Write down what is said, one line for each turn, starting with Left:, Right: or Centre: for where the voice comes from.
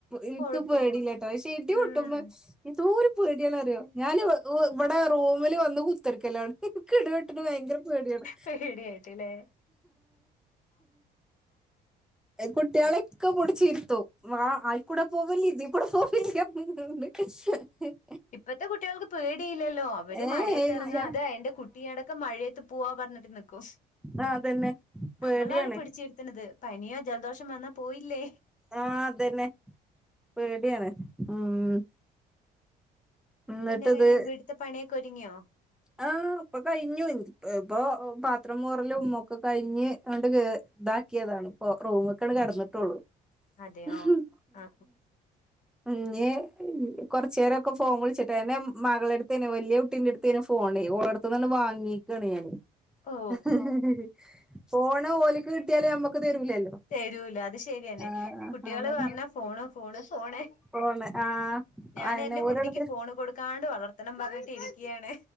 Centre: ഇനിക്ക്
Left: കൊഴപ്പില്ല
Centre: പേടി ഇല്യാട്ടോ ക്ഷെ ഇടി
Left: ഉം
Centre: പൊട്ടുബ എന്തോരു പെടി ആണെന്നറിയോ ഞാൻ ഉം ഇവിടെ റൂമില് വന്ന് കു ത്തർക്കിലാണ് ക്ക് ഇടിവെട്ടന് ഭയങ്കര പേടിയാണ്
Left: പേടിയായിട്ടില്ലേ
Centre: ആ കുട്ടികളൊക്കെ
Left: അതെ
Centre: പൊടിച്ചിരുത്തോ ആ ആയിക്കൂടെ പോവില്ല ഇതി കൂടെ പോവില്ല <unintelligible>
Left: ഇപ്പത്തെ കുട്ടികൾക്ക് പേടിയില്ലല്ലോ അവര്
Centre: ഏഹ്
Left: മഴയത്ത്
Centre: ഇല്ല
Left: ഇറങ്ങാ അത് അതിന്റെ കുട്ടിയടൊക്കെ മഴയത്ത് പോവാ പറഞ്ഞിട്ട് നിക്കും
Centre: ആ അതന്നെ പേഡിയണേ
Left: നമ്മളാണ് പിടിച്ചിരുത്തുന്നത് പനിയോ ജലദോഷം വന്നാ പോയില്ലേ
Centre: ആഹ് അതന്നെ പേടിയാണ് ഉം എന്നിട്ടത്
Left: പിന്നെ എങ്ങനെ വീട്ട്ത്തെ പണിയൊക്കെ ഒരുങ്ങിയോ
Centre: ആ ഇപ്പൊ കഴിഞ്ഞു ഇപ്പൊ പാത്രം മൂറലും ഒക്കെ കഴിഞ്ഞ് അണ്ട് ഇതാക്കിയതാണ് ഇപ്പോ റൂമൊക്കെ കിടന്നിട്ടുള്ളൂ
Left: അതെയോ
Centre: ഹും
Left: ആ
Centre: ഉംപിന്നെ ഉം കൊറച്ചേരം ക്ക ഫോൺ വി ച്ച ട്ടേനെ മകൾ ടെ അടുത്തേനെ വലിയ കുട്ടീന്റെറ അടുത്തേനെ ഫോൺ ഓളെടുത്തീന് വാങ്ങിക്കാണ് ഞാന്
Left: ഓ
Centre: ഹ ഹ ഹഫോണ് ഓലിക്ക് കിട്ടിയാല് നമ്മക്ക് തരൂലല്ലോ
Left: ത രൂ ല അത് ശരിയാണ്
Centre: ആഹ്
Left: കുട്ടികള്
Centre: അതന്നെ
Left: വന്ന ഫോണ് ഫോണ് ഫോണ്
Centre: ഫോണ് ആഹ്
Left: ഞാൻഎന്റെ
Centre: അയെന്നെ ഓരാണ്
Left: കുട്ടിക്ക് ഫോണ് കൊടുക്കാണ്ട് വളർത്തണം പറഞ്ഞിട്ട് ഇരിക്കുകയാണ്